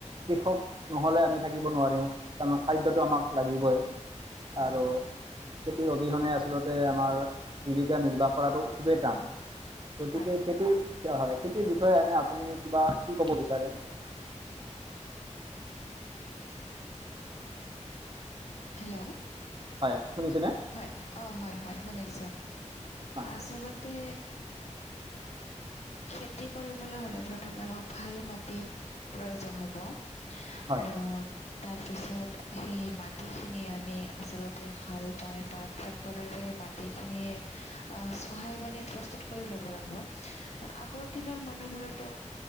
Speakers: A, on the right (about 40°); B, on the left (about 60°).
A: কৃষক নহ'লে আমি থাকিব নোৱাৰিম কাৰণ খাদ্যটো আমাক লাগিবই
B: হয়,
A: আৰু খেতিৰ অবিহনে আচলতে আমাৰ জীৱিকা নিৰ্বাহ কৰাটো খুবেই টান গতিকে
B: হয়।
A: খেতিৰ হয় খেতিৰ বিষয়ে এনে আপুনি কিবা, কি ক'ব বিচাৰে
B: হেল্ল'
A: হয় শুনিছেনে?
B: হয় অ হয় হয় শুনিছ
A: হয়
B: আচলতে খেতি কৰিবলৈ হলে প্ৰথমে আমাক ভাল মাটিৰ প্ৰয়োজন হ'ব।
A: হয়
B: আৰু তাৰ পিছত সেই মাটি খিনি আমি আচলতে হাল বাই বা ট্ৰেক্ট টৰেৰে মাটি খিনি অ চহাই মানে প্ৰস্তুত কৰি ল'ব লাগিব। আগৰ দিনৰ মানুহবোৰেত